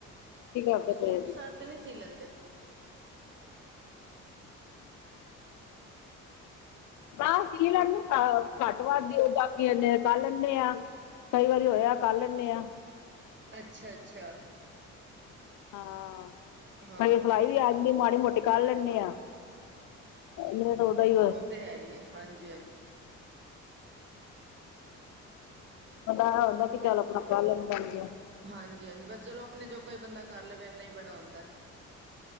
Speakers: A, on the left; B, on the right.
A: ਕੀ ਕਰਦੇ
B: ਸੁਰ-ਸਰ
A: ਪਏ ਸੀ
B: ਤਾ ਨਹੀਂ ਸੀ ਲੈਂਦੇ?
A: ਬਸ ਸੀਲ ਨੂੰ ਪਾ ਘੱਟ ਵੱਧ ਦਿਓ ਬਾਕੀੇ ਕਰ ਲੈਂਦੇ ਆ ਕਈ ਵਾਰੀ ਹੋਇਆ ਕਰ ਲੈਂਦੇ ਆਂ
B: ਅੱਛਾ-ਅੱਛਾ।
A: ਹਾਂ,
B: ਹਾਂ
A: ਸਿਲਾਈ ਵੀ ਆ ਜਾਂਦੀ ਹੈ ਮਾੜੀ-ਮੋਟੀ ਕਰ ਲੈਂਦੇ ਆ ਨਹੀਂ ਤਾਂ ਉਹਦਾ ਹੀ
B: ਉਹ ਤੇ ਹੈ ਹੀ ਹੈ ਹਾਂਜੀ ਹਾਂਜੀ
A: ਬੰਦਾ ਇਹ ਹੁੰਦਾ ਚੱਲ ਆਪਣਾ ਪ ਲੈਣ ਬਣ ਗਿਆ <unintelligible>
B: ਹਾਂਜੀ-ਹਾਂਜੀ, ਬਸ ਚਲੋ ਆਪਣੇ ਜੋਗਾ ਹੀ ਬੰਦਾ ਕਰ ਲਵੇ ਇੰਨਾ ਹੀ ਬੜਾ ਹਉਂਦਾ ਹੈ।